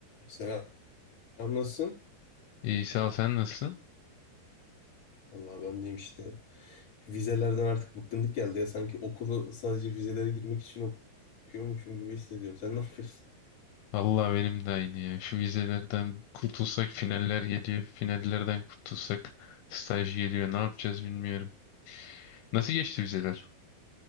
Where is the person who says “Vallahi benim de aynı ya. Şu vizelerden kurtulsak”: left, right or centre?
Left